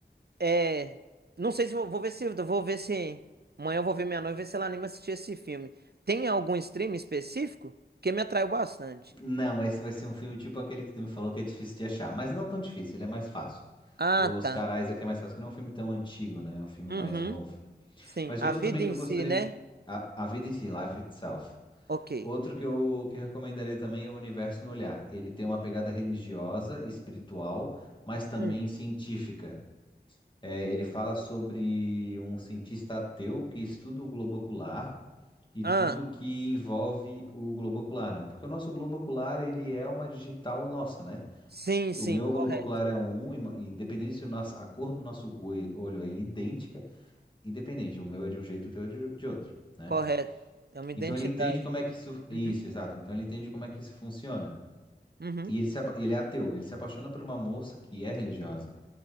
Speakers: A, on the right; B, on the left.
A: é, não sei se vou, vou ver se vou ver se amanhã eu vou ver minha noiva ver se ela anima a assistir esse filme. Tem algum stream específico? Porque me atraiu bastante.
B: Não, mas esse vai ser um filme tipo aquele que tu me falou que é difícil de achar. Mas não tão difícil, ele é mais fácil.
A: Ah,
B: Os
A: tá.
B: Carais aqui é mais fácil, que não é um filme tão antigo, né? É um filme
A: Uhum.
B: mais novo.
A: Sim,
B: Mas
A: a
B: outro
A: vida
B: também que
A: em
B: eu
A: si,
B: gostaria
A: né?
B: de. A, A Vida em Si, Life Itself.
A: Ok.
B: Outro que eu que recomendaria também é O Universo no Olhar. Ele tem uma pegada religiosa, espiritual, mas também
A: Hum.
B: científica. É, ele fala sobre um cientista ateu que estuda o globo ocular e
A: Ah,
B: tudo que envolve o globo ocular, né? Porque o nosso globo ocular, ele é uma digital nossa, né?
A: sim, sim,
B: O meu
A: correto,
B: globo ocular é um, ima- independente se o nosso, a cor do nosso oi- olho é idêntica, independente, o meu é de um jeito, o teu é de, de outro, né?
A: correto. É uma identidade.
B: Então ele entende como é que isso, isso,
A: Uhum.
B: exato. Então ele entende como é que isso funciona.
A: Uhum.
B: E ele, se, apa- ele é ateu, ele se apaixona por uma moça que é religiosa.